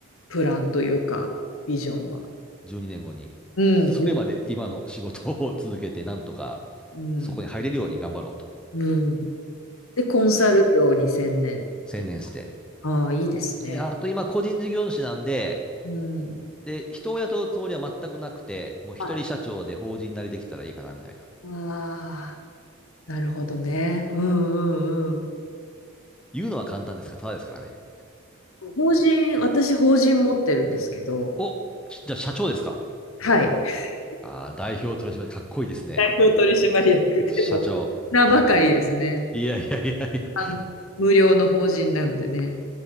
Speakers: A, on the left (about 75°); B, in the centre.
A: プランというか、ビジョンは。
B: 12年後にねんごに、
A: うん。
B: それまで今の仕事を続けて、なんとか
A: うん。
B: そこに入れるように頑張ろうと。
A: うん。で、コンサル業に専念って。
B: 専念して。
A: ああ、いいですね。
B: で、あと今、個人事業主なんで、
A: うん。は
B: で、人を雇うつもりは全くなくて、もう一人社長で法人なりできたらいいかな、
A: い
B: みたいな。
A: ああ、なるほどね。うんうんうん。
B: 言うのは簡単ですから、ただですからね。
A: 法人、私法人持ってるんですけど、
B: お、じゃあ社長ですか。
A: はい。<laughs>
B: ああ、代表取締役かっこいいですね。
A: 代表取締役で。
B: 社長。
A: も、名ばかりですね。
B: いやいやいやいや。
A: あの、無料の法人なんでね。